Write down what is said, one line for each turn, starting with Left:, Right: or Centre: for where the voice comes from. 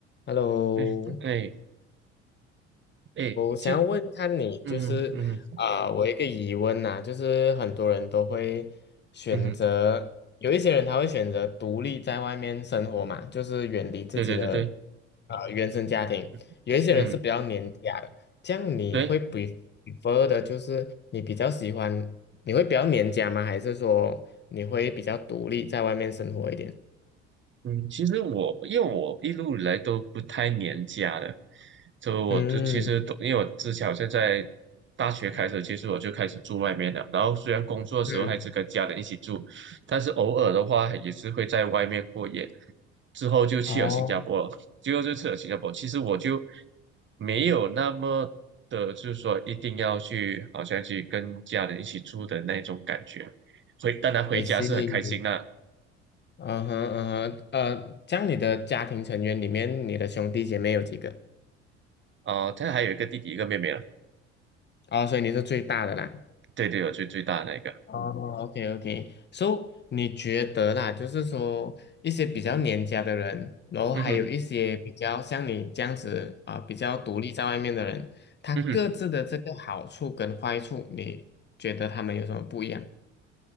Left: Hello，Hello，
Right: 哎哎哎，
Left: 想要问看你就是啊、
Right: 其嗯嗯
Left: 我一个疑问呐、就是很多人都会选择，
Right: 嗯，
Left: 有一些人他会选择独立在外面生活嘛，就是远离自己的啊、
Right: 对对对对，
Left: 原生家庭，
Right: 嗯
Left: 有一些人是比较黏家的，
Right: 嗯
Left: 这样你会比
Right: 对。
Left: r e prefer 的就是你比较喜欢，你会比较黏家吗？还是说你会比较独立在外面生活一点？
Right: 嗯，其实我因为我一路以来都不太黏家的，就我就其实都因为我之前好像在
Left: 嗯
Right: 大学开始，其实我就开始住外面了。然后虽然工作的时候还是跟家人一起住，
Left: 嗯，
Right: 但是偶尔的话也是会在外面过夜。之后就去了新加坡了，
Left: 哦
Right: 最后就去了新加坡。其实我就没有那么的，就是说一定要去，好像去跟家人一起住的那种感觉。回当然回家是很开心的
Left: ，I see。嗯哼嗯哼，呃，这样你的家庭成员里面，你的兄弟姐妹有几个？
Right: 啊，他还有一个弟弟一个妹妹了。
Left: 哦，所以你是最大的啦。
Right: 对对，有最最大的那个，
Left: 哦，OK OK。So，你觉得啦，就是说一些比较黏家的人，然后还有一些比较像你这样子啊、
Right: 嗯哼，
Left: 比较独立在外面的人，他各自的这个好处跟坏处，
Right: 嗯哼。
Left: 你觉得他们有什么不一样？